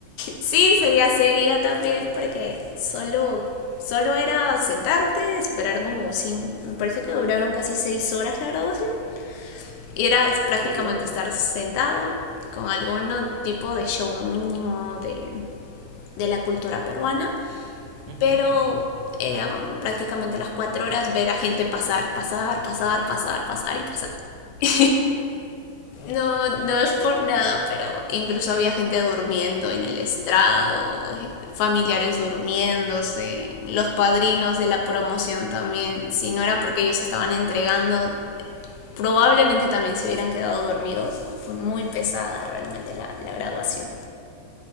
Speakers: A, on the left; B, on the right.
A: Sí, sería seria también porque solo solo era sentarte, esperar como sin, me parece que duraron casi seis horas la graduación y era es prácticamente
B: Ay, por Dios.
A: estar sentado con algún tipo de show mínimo de, de la cultura peruana,
B: Ujú.
A: pero eran prácticamente las cuatro horas ver a gente pasar, pasar, pasar, pasar, pasar y pasar. <laughs> no, no es por nada, pero incluso había gente durmiendo en el estrado, familiares durmiéndose, los padrinos de la promoción también, si no era porque ellos estaban entregando Probablemente también se hubieran quedado dormidos. Fue muy pesada realmente la, la graduación.